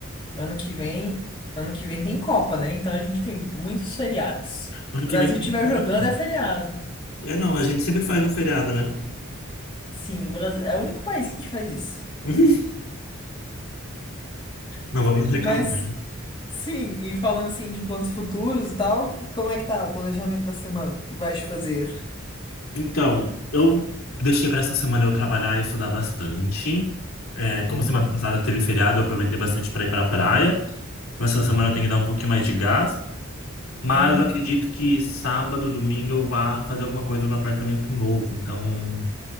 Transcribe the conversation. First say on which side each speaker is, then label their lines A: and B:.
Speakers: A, on the left; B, on the left.
A: ano que vem, ano que vem tem Copa, né? Então a gente tem muitos feriados.
B: Ano
A: O Brasil
B: que vem tem
A: estiver
B: como.
A: jogando é feriado.
B: É, não, a gente sempre faz um feriado, né?
A: Sim, o Brasil é o único país que faz isso.
B: <laughs> Não vamos reclamar.
A: Mas,
B: né?
A: sim, e falando assim de planos futuros e tal, como é que tá o planejamento da semana? O que vais fazer?
B: Então, eu deixei para essa semana eu trabalhar e estudar bastante. É,
A: Uhum.
B: como semana passada teve feriado, eu aproveitei bastante para ir para a praia. Mas Essa semana eu tenho que dar um pouquinho mais de gás. Mas
A: Uhum.
B: eu acredito que sábado, domingo eu vá fazer alguma coisa no apartamento novo. Então.